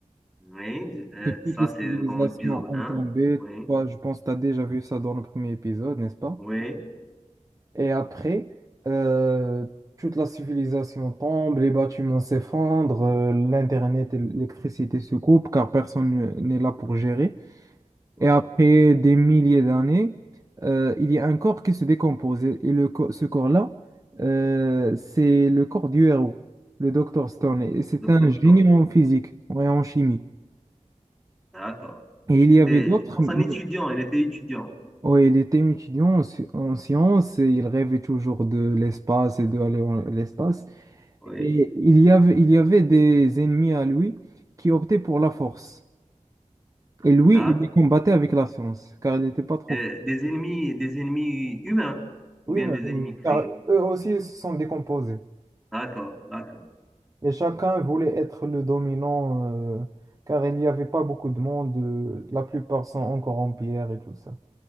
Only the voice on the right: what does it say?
que toutes
les civilisations
ont
tombé.
Toi, je pense que tu as déjà vu ça dans le premier épisode, n'est-ce pas?
Et après, euh, toute la civilisation tombe, les bâtiments s'effondrent, euh, l'Internet et l'électricité se coupent car personne n'est là pour gérer.
Et après des milliers d'années, euh, il y a un corps qui se décompose. Et et le, co- ce corps-là, euh, c'est le corps du héros, le Dr. Stone. Et c'est
un génie
en physique et en chimie.
Et il
y avait d'autres,
mais
Oui, il était étudiant en, sci- en sciences et il rêvait toujours de l'espace et d'aller dans l'espace.
Et il y avait, il y avait des ennemis à lui qui optaient pour la force. Et lui,
il les combattait avec la science, car il n'était pas trop
fort.
Oui,
mais
oui,
oui,
car eux aussi se sont décomposés.
Et chacun voulait être le dominant, euh, car il n'y avait pas beaucoup de monde. euh, la plupart sont encore en pierre et tout ça.